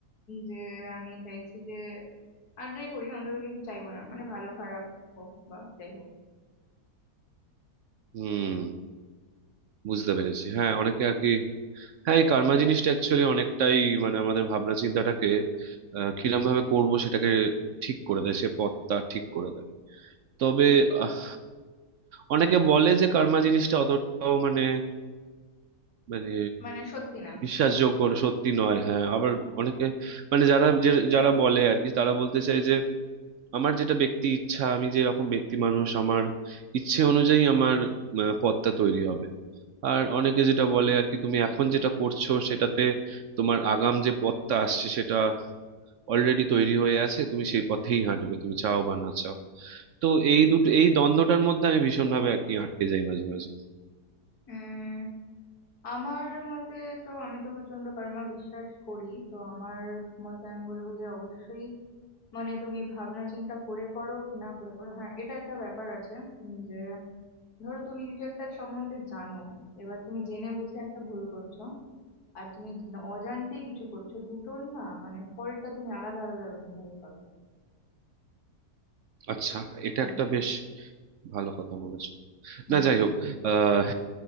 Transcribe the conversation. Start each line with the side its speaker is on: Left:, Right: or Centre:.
Left: যে আমি চাইছি যে আর যাই করি অন্তত কিছু চাইবো না মানে ভালো খারাপ হোক বা যাই হোক
Right: হুম বুঝতে পেরেছি হ্যাঁ অনেকে আর কি হ্যাঁ এই কার্মা জিনিসটা অ্যাকচুয়ালি অনেকটাই মানে আমাদের ভাবনা চিন্তাটাকে আহ, কিরম ভাবে করবো সেটাকে ঠিক করে দেয় সে পথটা ঠিক করে দেয় তবে আহ, অনেকে বলে যে কার্মা জিনিসটা অতটাও মানে মানে
Left: মানে সত্যি না
Right: বিশ্বাসযোগ্য না, সত্যি নয় হ্যাঁ আবার অনেকে মানে যারা যে- যারা বলে আর কি তারা বলতে চায় যে আমার যেটা ব্যক্তি ইচ্ছা আমি যেরকম ব্যক্তি মানুষ আমার ইচ্ছে অনুযায়ী আমার আহ, পথটা তৈরি হবে আর অনেকে যেটা বলে আর কি তুমি এখন যেটা করছো সেটাতে তোমার আগাম যে পথটা আসছে সেটা অলরেডি তৈরি হয়ে আছে তুমি সেই পথেই হাঁটবে তুমি চাও বা না চাও তো এই দুটো এই দ্বন্দ্বটার মধ্যে আমি ভীষণভাবে আর কি আটকে যাই মাঝে মাঝে
Left: উম আমার মতে তো আমি তো প্রচন্ড কর্মা বিশ্বাস করি তো আমার মতে আমি বলবো যে অবশ্যই মানে তুমি ভাবনা চিন্তা করে করো কি না করে করো হ্যাঁ এটা একটা ব্যাপার আছে উম, যে ধরো তুমি কিছু একটা সম্বন্ধে জানো এবার তুমি জেনে বুঝে একটা ভুল করছো আর তুমি অজান্তে কিছু করছো দুটোর না মানে ফলটা তুমি আলাদা আলাদা রকম ভাবে পাবে
Right: আচ্ছা এটা
Left: হুম
Right: একটা বেশ ভালো কথা বলেছো
Left: হুম
Right: না যাই হোক আহ